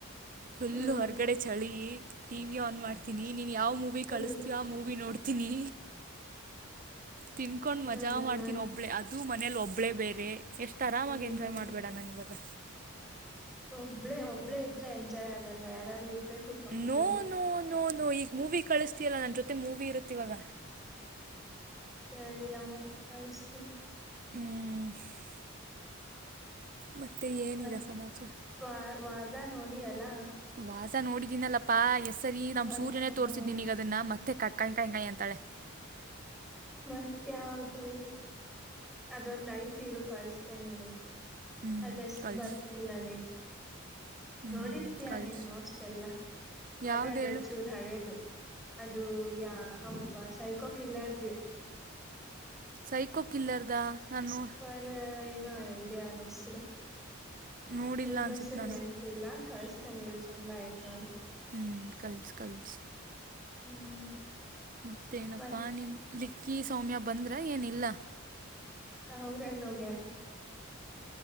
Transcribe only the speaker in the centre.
ಹ್ಮ್
ಫುಲ್
ಮಾಡ
ಮಾಡ
ಹ್ಮ್
ಒಬ್ಬಳೇ ಒಬ್ಳೇ ಇದ್ರೆ ಎಂಜಾಯ್ ಆಗಲ್ಲ ಯಾರಾರು ಇರ್ಬೇಕು. ಕಂಪ್ನಿಗೆ
ಸರಿ ಅಮ್ಮ ಕಳ್ಸ್ತೀನಿ
ಮತ್
ವಾ ವಾಜಾ ನೋಡಿ ಅಲ್ಲಾ
ಅವತ್
ಹಾ
ಮತ್ತ ಯಾವ್ದೂ ಅದೊಂದ ಐತ್ ಇರು ಕಳಸ್ತೇನೆ
ಅದೇ
ಬರ್ತಿಲ್ಲ ನನಗ್
ನೋಡಿರ್ತೀಯಾ
ನೀನ್ ಮೋಸ್ಟ್ ಎಲ್ಲ
ಅದೇ ಅದ
ಚೂರ್ ಹಳೇದು ಅದು ಯಾ ಅವೊಬ್ಬ ಸೈಕೋ ಕಿಲ್ಲಾರ್ದು
ಏನ <unintelligible> ಇದೆ ಅವ್ನ್ ಹೆಸರು
<unintelligible>
<unintelligible> ಇಲ್ಲ ಕಳಸ್ತೇನೆ ಇರು ಚಂದ ಆಯ್ತೆ ನೋಡು
ಹ್ಮ್
ಮತ್
ಹ ಅವ್ರ ಎಲ್ಲಿ ಹೋಗ್ಯಾರಾ